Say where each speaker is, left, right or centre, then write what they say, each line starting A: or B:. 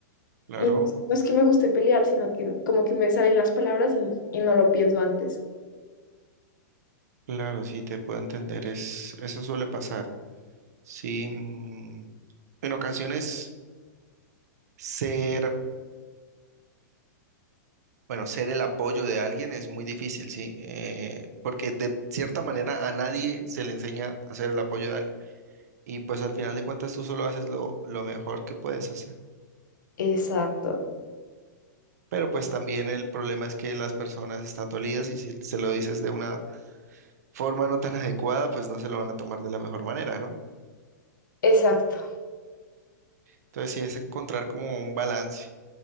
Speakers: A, on the right; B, on the left.
A: Claro,
B: Y no es que me guste pelear, sino que como que me salen las palabras y, y no lo pienso antes.
A: claro, sí, te puedo entender, es, eso suele pasar. Sí, mm, en ocasiones ser, bueno, ser el apoyo de alguien es muy difícil, sí, eh, porque de cierta manera a nadie se le enseña a ser el apoyo de alguien y pues al final de cuentas tú solo haces lo, lo mejor que puedes hacer.
B: Exacto,
A: Pero pues también el problema es que las personas están dolidas y si se lo dices de una forma no tan <laughs> adecuada, pues no se lo van a tomar de la mejor manera, ¿no?
B: exacto.
A: Entonces sí es encontrar como un balance.